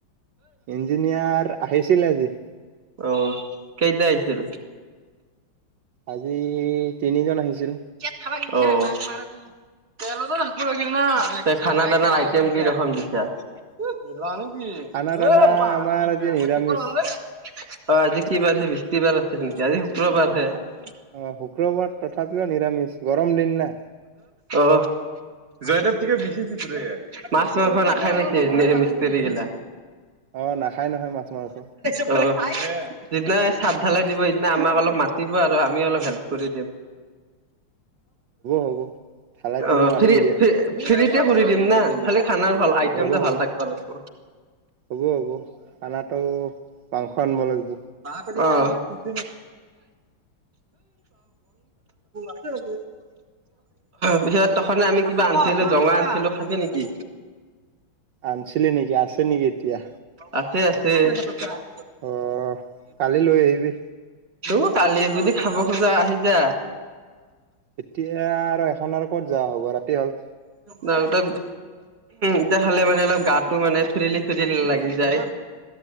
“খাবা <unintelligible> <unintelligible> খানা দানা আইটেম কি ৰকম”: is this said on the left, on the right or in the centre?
Right